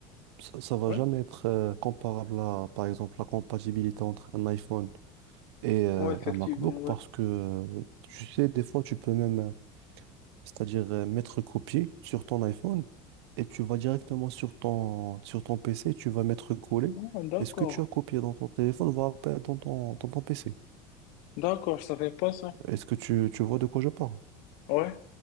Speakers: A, on the right; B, on the left.
A: ça, ça va
B: ouais,
A: jamais être euh, comparable à, par exemple, la compatibilité entre un iPhone et euh,
B: ouais, effectivement,
A: un MacBook
B: ouais.
A: parce que, euh, tu sais, des fois, tu peux même, euh, c'est-à-dire euh, mettre copier sur ton iPhone et tu vas directement sur ton, sur ton PC, tu vas mettre coller.
B: Oh, d'accord,
A: Et ce que tu as copié dans ton téléphone va apparaître dans ton, dans ton PC.
B: d'accord, je savais pas ça.
A: Est-ce que tu, tu vois de quoi je parle?
B: Ouais,